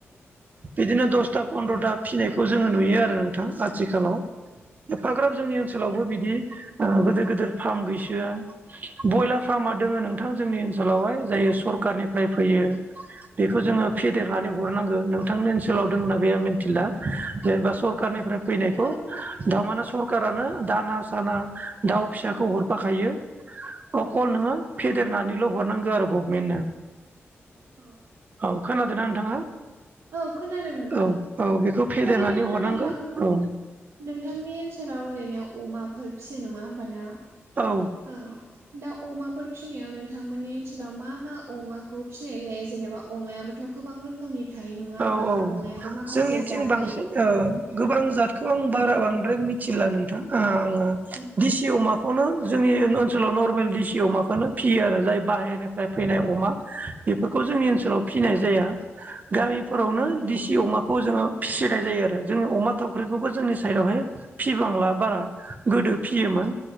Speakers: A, on the right (about 35°); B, on the right (about 85°).
A: बिदिनो दसथा पन्द्रता फिनायखौ जोङो नुयो आरो नोंथां आथिखालाव एफाग्राब जोंनि ओन ओनसोलावबो बिदि ओ गिदोर गिदोर फार्म गैसोआ। ब्रयलार फार्मा दङ नोंथां जोंनि ओनसोलावहाय जाय सरखारनि रायफैयो बेखौ जोङो फेदेरनानै हरनांगो नोंथांनि ओनसोलाव दंना गैया? मिन्थिला। जेनेबा सरखारनिफ्राय फैनायखौ
B: जोंनियावबो दं
A: दामाने सरखारानो दाना साना। दाउ फिसाखौ हरफाखायो अखौ नोङो फेदेरनानैल' हरनांगौ आरो गभमेन्टनो।
B: औ
A: औ खोनादोंना नोंथाङा
B: औ खोनादों नोंथां
A: औ। औ बेखौ फेदेरनानै
B: ओरैनो
A: हरनांगो
B: नोंथां
A: औ।
B: नोंथांनि ओनसोलाव ओरैनो अमाफोर फियो नङा होमबा ना?
A: औ।
B: औ दा अमाफोर फिनायाव नोंथांमोननि ओनसोलाव मा मा अमाखौ फिसनाय जायो? जेनेबा अमायाबोथ' गोबां रोखोमनि थायो नङा
A: औ
B: होमबा,
A: औ
B: अमायाबो माखासे
A: जोंनिथिं
B: जाद
A: बांसिन ओ आंङो गोबां जादखौ आं बारा बांद्राय मिथिला नोंथां आङो
B: औ
A: दिसि अमाखौनो जोंनि ओनसोलाव नरमेल डिसि अमाखोनो फियो आरो जाय बाहेरनिफ्राय फैनाय अमा, बेफोरखौ जोंनि ओनसोलाव फिनाय जाया। गामि फोरावनो
B: औ औ नंगौ
A: दिसि
B: नोंथां।
A: अमाखौ जोङो फिसिनाय जायो आरो जोंनि अमा थावख्रिखौबो जोंनि साइडआवहाय फिबांला बारा गोदो फियोमोन।